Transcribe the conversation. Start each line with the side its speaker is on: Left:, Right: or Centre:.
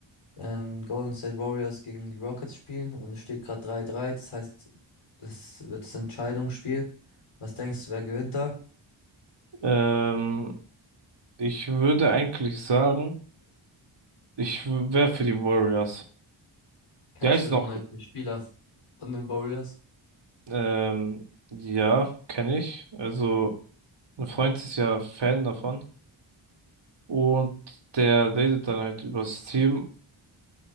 Left: ähm, Golden State Warriors gegen die Rockets spielen und es steht gerade 3-3, das heißt, das wird das Entscheidungsspiel. Was denkst du, wer gewinnt da?
Right: Ähm, ich würde eigentlich sagen, ich wäre für die Warriors.
Left: Kennst
Right: Die heißt
Left: du irgendwelche
Right: noch,
Left: Spieler von den Warriors?
Right: ähm, ja, kenne ich. Also. Ein Freund ist ja Fan davon und der redet dann halt übers Team